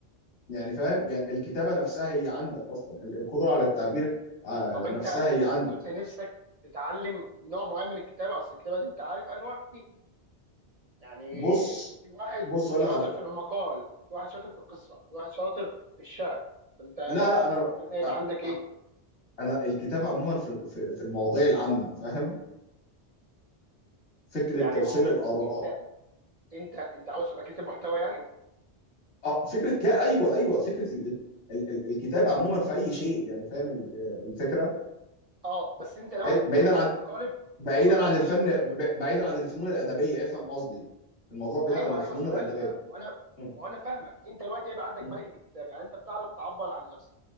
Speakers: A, on the left; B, on the right.
A: يعني فاهم يعني الكتابة نفسها هي عندك أصلا ال- القدرة على التعبير آه،
B: طب انت
A: نفسها هي
B: انت
A: عندك
B: كنت نفسك تتعلم نوع معين من الكتابه اصل الكتابه دي انت عارف انواع كتير يعني
A: بص
B: في واحد
A: بص أقول
B: شاطر
A: لك على
B: في المقال في واحد شاطر في القصه في واحد شاطر في الشعر فانت
A: لا لا
B: كنت
A: أنا
B: تتمنى يبقى
A: آه،
B: عندك ايه
A: آه، أنا الكتابة عموما في في في المواضيع العامة فاهم فكرة
B: يعني
A: توصيل
B: موضوع
A: الآراء
B: انت انت انت عاوز تبقى كاتب محتوى يعني
A: آه، فكرة كا أيوه أيوه فكرة ال... ال... ال- الكتابة عموما في أي شيء يعني فاهم ال- آه، الفكرة
B: اه بس انت لو
A: بعيد-
B: هتتميز
A: بعيدا عن
B: في قالب
A: بعيدا
B: ما هو انت
A: عن
B: بص
A: الفن ب- بعيدا عن الفنون الأدبية افهم قصدي الموضوع بعيدا
B: ايوه
A: عن الفنون
B: ايوه ثواني
A: الأدبية
B: ما ما انا
A: م-
B: ما انا فاهمك انت دلوقتي هيبقى عندك
A: م-
B: ملكه الكتابه يعني انت بتعرف تعبر عن نفسك